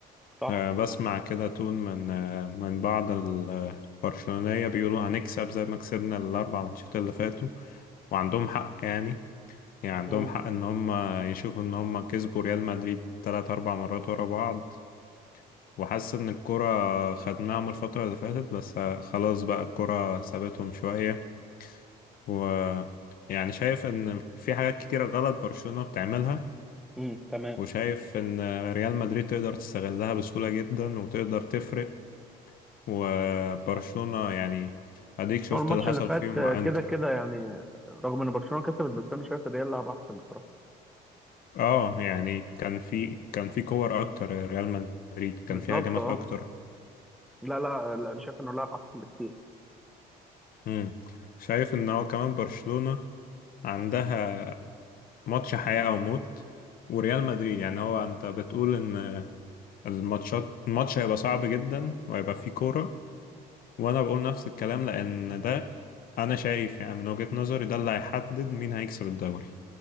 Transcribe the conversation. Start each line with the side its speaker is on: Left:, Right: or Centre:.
Centre: صح
Left: أه بسمع كده تون من آه، من بعض البرشلونيه بيقولوا هنكسب زي ما كسبنا الاربع ماتشات اللي فاتوا وعندهم حق يعني يعني عندهم
Centre: امم
Left: حق ان هم يشوفوا ان هم كسبوا ريال مدريد تلات اربع مرات ورا بعض وحاسس ان الكرة خدناهم الفترة اللي فاتت بس آه، خلاص بقى الكرة سابتهم شوية و يعني شايف ان في حاجات كتيرة غلط برشلونة بتعملها
Centre: امم تمام
Left: وشايف ان ريال مدريد تقدر تستغلها بسهولة جدا وتقدر تفرق وبرشلونة يعني اديك شفت
Centre: هو الماتش
Left: اللي حصل
Centre: اللي فات
Left: فيهم
Centre: آه،
Left: مع
Centre: كده
Left: انتر
Centre: كده يعني رغم ان برشلونه كسبت بس انا شايف الريال لعب احسن بصراحه
Left: اه يعني كان في كان في كور اكتر ريال مدريد كان
Centre: بالظبط
Left: في هجمات
Centre: اه
Left: اكتر
Centre: لا لا لا، انا شايف انه لعب احسن بكتير
Left: امم شايف ان هو كمان برشلونة عندها ماتش حياة أو موت وريال مدريد يعني هو أنت بتقول إن الماتشات الماتش هيبقى صعب جدا وهيبقى فيه كورة وأنا بقول نفس الكلام لأن ده أنا شايف يعني من وجهة نظري ده اللي هيحدد مين هيكسب الدوري